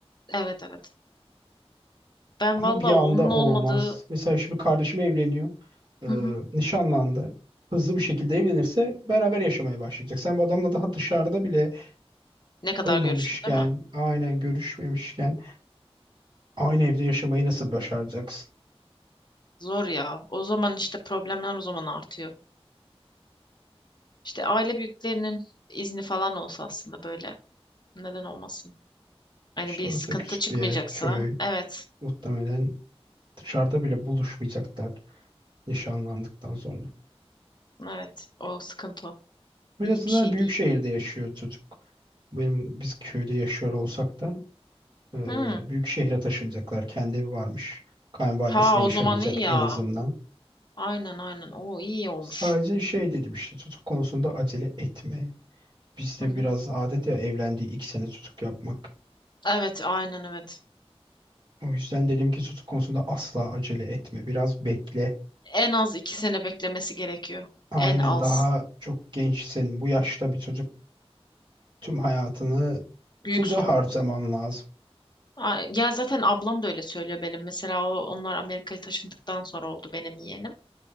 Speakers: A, on the left; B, on the right.
A: Evet evet. Ben
B: Ama
A: valla
B: bir anda
A: onun
B: o
A: olmadığı
B: olmaz. Mesela şimdi kardeşim evleniyor. Ee,
A: Hı hı.
B: nişanlandı. Hızlı bir şekilde evlenirse beraber yaşamaya başlayacak. Sen bu adamla daha dışarıda bile
A: Ne kadar
B: kılmamışken,
A: görüştün değil mi?
B: aynen görüşmemişken aynı evde yaşamayı nasıl başaracaksın?
A: Zor ya. O zaman işte problemler o zaman artıyor. İşte aile büyüklerinin izni falan olsa aslında böyle neden olmasın? Hani
B: İşte
A: bir
B: orası
A: sıkıntı
B: da küçük
A: çıkmayacaksa
B: bir yer, köy.
A: evet.
B: Muhtemelen dışarıda bile buluşmayacaklar nişanlandıktan sonra.
A: Evet. O sıkıntı o.
B: En
A: İyi
B: azından
A: bir şey
B: büyük
A: değil.
B: şehirde yaşıyor çocuk. Benim, biz köyde yaşıyor olsak da e,
A: Hmm.
B: büyük şehre taşınacaklar. Kendi evi varmış. Kayınvalidesiyle
A: Ha o
B: yaşamayacak
A: zaman iyi ya.
B: en azından.
A: Aynen aynen. O iyi olmuş.
B: Sadece şey dedim işte çocuk konusunda acele etme. Bizde
A: Hı hı.
B: biraz adet ya evlendiği iki sene çocuk yapmak.
A: Evet aynen evet.
B: O yüzden dedim ki çocuk konusunda asla acele etme. Biraz bekle.
A: En az iki sene beklemesi gerekiyor.
B: Aynen
A: En az.
B: daha çok gençsin. Bu yaşta bir çocuk Tüm hayatını
A: Büyük
B: tuza
A: sorumluluk.
B: harcaman lazım.
A: A- Ya zaten ablam da öyle söylüyor benim. Mesela o, onlar Amerika'ya taşındıktan sonra oldu benim yeğenim.